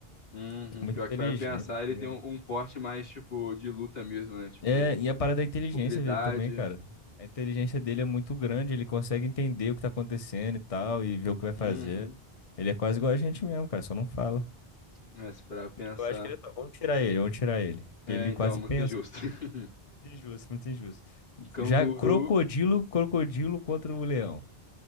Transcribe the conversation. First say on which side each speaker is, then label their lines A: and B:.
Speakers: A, on the left; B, on the left.
A: Uhum.
B: É muito
A: Pior
B: inteligente,
A: que para pensar, ele
B: tá ligado?
A: tem um, um porte mais, tipo, de luta mesmo, né? Tipo,
B: É, e a parada da inteligência
A: mobilidade.
B: dele também, cara. A inteligência dele é muito grande, ele consegue entender o que tá acontecendo e tal, e ver o que vai fazer.
A: Uhum.
B: Ele é quase igual a gente mesmo, cara, só não fala.
A: É, se parar pensar.
B: Eu acho que ele tá. Vamos tirar ele, vamos tirar ele. Que
A: É,
B: Ele
A: então,
B: quase
A: muito
B: pensa.
A: injusto. <laughs>
B: Injusto, muito injusto.
A: O canguru.
B: Já crocodilo, crocodilo contra o leão.